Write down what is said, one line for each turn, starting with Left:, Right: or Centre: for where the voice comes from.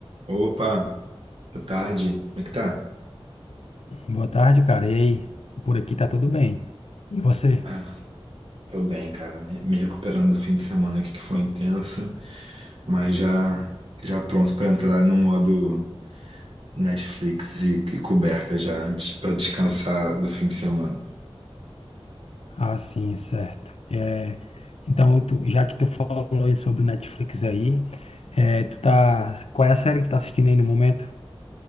Right: Opa, boa tarde. Como é que tá?
Left: Boa tarde, cara. E aí? Por aqui tá tudo bem. E você?
Right: Ah, tô bem, cara. Me, me recuperando do fim de semana aqui que foi intenso, mas já já pronto pra entrar no modo Netflix e, e coberta já antes para descansar do fim de semana.
Left: Ah, sim, certo. É, então, tu- já que tu falou aí sobre o Netflix aí, é, tu tá, qual é a série que tu tá assistindo aí no momento?